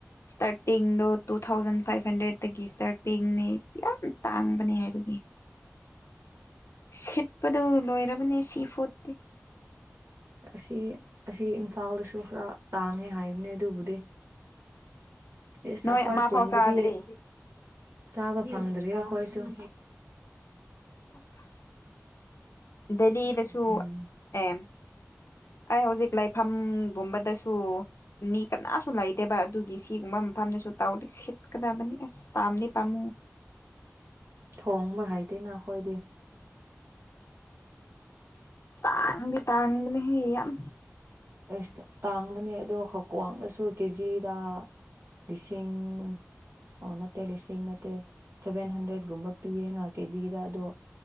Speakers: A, on the left; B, on the right.
A: ꯏꯁꯇꯥꯔꯇꯤꯡꯗꯣ ꯇꯨ ꯊꯥꯎꯖꯟ ꯐꯥꯏꯚ ꯍꯟꯗ꯭ꯔꯦꯗꯒꯤ ꯏꯁꯇꯥꯔꯇꯤꯡꯅꯤ ꯌꯥꯝ ꯇꯥꯟꯕꯅꯤ ꯍꯥꯏꯕꯒꯤ ꯁꯤꯠꯄꯗꯨ ꯂꯣꯏꯔꯕꯅꯦ ꯁꯤ ꯐꯣꯠꯇꯦ
B: ꯑꯁꯤ ꯑꯁꯤ ꯏꯝꯐꯥꯜꯗꯁꯨ ꯈꯔ ꯇꯥꯡꯉꯦ ꯍꯥꯏꯕꯅꯦ ꯑꯗꯨꯕꯨꯗꯤ ꯑꯦꯁ
A: ꯅꯣꯏ
B: ꯑꯩꯈꯣꯏ
A: ꯑꯃ
B: ꯈꯨꯟꯗꯗꯤ
A: ꯐꯥꯎ ꯆꯥꯗ꯭ꯔꯤ
B: ꯆꯥꯕ ꯐꯪꯗ꯭ꯔꯤ ꯍꯣꯏꯁꯨ
A: <inaudible> ꯗꯦꯜꯂꯤꯗꯁꯨ
B: ꯎꯝ
A: ꯑꯦ ꯑꯩ ꯍꯧꯖꯤꯛ ꯂꯩꯐꯝꯒꯨꯝꯕꯗ ꯁ ꯃꯤ ꯀꯅꯥꯁꯨ ꯂꯩꯗꯦꯕ ꯑꯗꯨꯒꯤ ꯁꯤꯒꯨꯝꯕ ꯃꯐꯝꯗꯁꯨ ꯇꯥꯎꯗꯤ ꯁꯤꯠꯀꯗꯕꯅꯤ ꯑꯁ ꯄꯝꯗꯤ ꯄꯝ
B: ꯊꯣꯡꯕ ꯍꯥꯏꯗꯦ ꯅꯈꯣꯏꯗꯤ
A: ꯇꯥꯡ ꯇꯥꯡꯅꯦ ꯍ ꯌꯥꯝ ꯌꯥꯝ
B: ꯑꯁ ꯇꯥꯡꯕꯅꯦ ꯑꯗꯣ ꯍꯀ꯭ꯋꯥꯡꯗꯁꯨ ꯀꯦꯖꯤꯗ ꯂꯤꯁꯤꯡ ꯑꯣ ꯅꯠꯇꯦ ꯂꯤꯁꯤꯡ ꯅꯠꯇꯦ ꯁꯚꯦꯟ ꯍꯟꯗ꯭ꯔꯦꯠꯀꯨꯝꯕ ꯄꯤꯌꯦꯅ ꯀꯦꯖꯤꯗ ꯑꯗꯣ